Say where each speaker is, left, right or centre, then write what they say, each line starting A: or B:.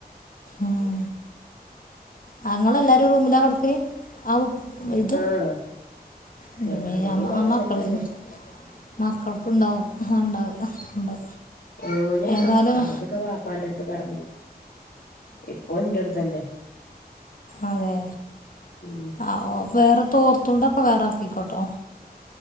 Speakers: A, on the left; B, on the left.
A: ഉം അ ഇങ്ങളല്ലാരു ഒര് റൂമിലാ കട്ക്കല് ആ വൽതു
B: ആഹ്
A: ഇൻ്റെമ്മേ
B: ഞാൻ ഞങ്ങള്
A: ആ
B: മൂന്നാളും
A: മ
B: ഒരോട്ത്തന്നെ
A: മക്കളൊന്ന് മക്കൾക്കുണ്ടാവും അണ്ടാവ <unintelligible> ഉണ്ട്
B: ഓൻ
A: ഏതായാലും
B: ആദ്യൊക്കെ വാപ്പാന്റെടുത്ത് കട്ന്നിനി. ഇപ്പൊ ഇൻ്റെടുത്തെന്നെ
A: അതെ
B: ഉം
A: ആ ഓ വേറെ തോർത്തുണ്ടൊക്കെ വേറെ ആക്കിക്കോട്ടോ.